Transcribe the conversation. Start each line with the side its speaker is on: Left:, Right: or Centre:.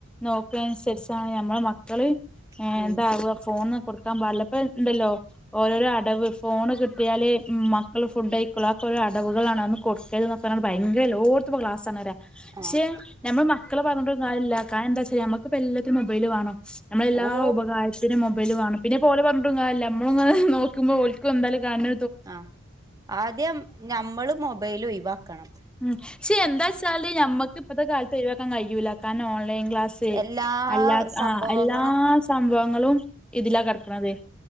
Centre: നോക്ക്‌നൻസര്ച് താണ് നമ്മളെ മക്കള്
Right: ഉം
Centre: ഏഹ് ഇതാവാ ഫോണൊന്നും കൊടുക്കാൻ പാടില്ല പ്പോ ഇണ്ടല്ലോ. ഓരോരോ അടവ് ഫോണ് കിട്ട്യാല് ഉം മക്കള് ഫുഡ് കഴിക്കൊള്ളു അതൊക്കെ ഒരടവുകളാണ് അതൊന്നും കൊടുക്കരുത് ന്നൊ ക്കെ പർണാണ്ട് ഭയങ്കര എല്ലോട്ത്തും പ്പൊ ക്ലാസാണറിയാ. പക്ഷെ
Right: ആഹ്
Centre: ഞമ്മള് മക്കളെ പറഞ്ഞിട്ടും കാര്യല്ല കാരണം എന്താച്ചാ ഞമ്മക്കിപ്പം എല്ലത്തിനും മൊബൈല് വേണം നമ്മളെല്ലാ
Right: ഓ
Centre: ഉപകാര് ത്തിനും മൊബൈല് വാണം. പിന്നെ ഇപ്പോലെ പർഞ്ഞിട്ടും കാര്യല്ല നമ്മളും ങ്ങനെ നോക്കുമ്പോ ഓൽക്കും എന്താലും കണ്
Right: ആഹ് ആദ്യം ഞമ്മള് മൊബൈല് ഒഴിവാക്കണം.
Centre: ഉം പക്ഷെ എന്താച്ചാല് ഞമ്മക്ക് ഇപ്പത്തെ കാലത്ത് ഒഴിവാക്കാൻ കഴിയൂല്ല കാരണം ഓൺലൈൻ ക്ലാസ് സ്
Right: എല്ലാ
Centre: അല്ലാത്
Right: സംഭവങ്ങളും
Centre: ആഹ് എല്ലാ സംഭവങ്ങളും ഇതിലാ കെട്ക്ക്ണത്